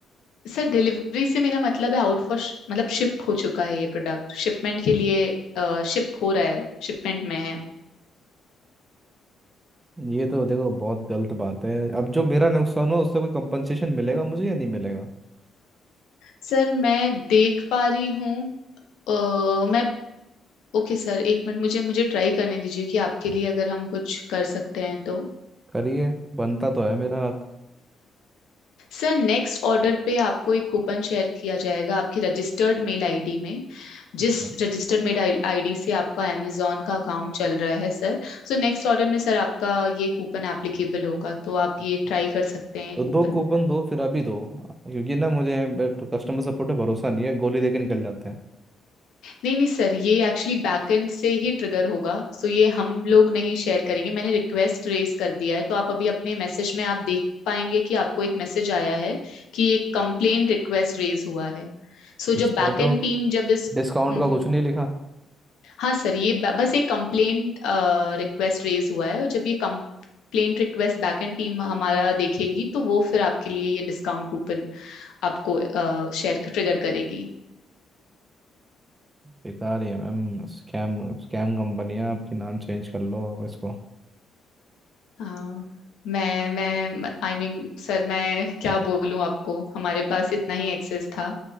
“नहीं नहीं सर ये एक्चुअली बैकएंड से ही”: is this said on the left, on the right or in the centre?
Left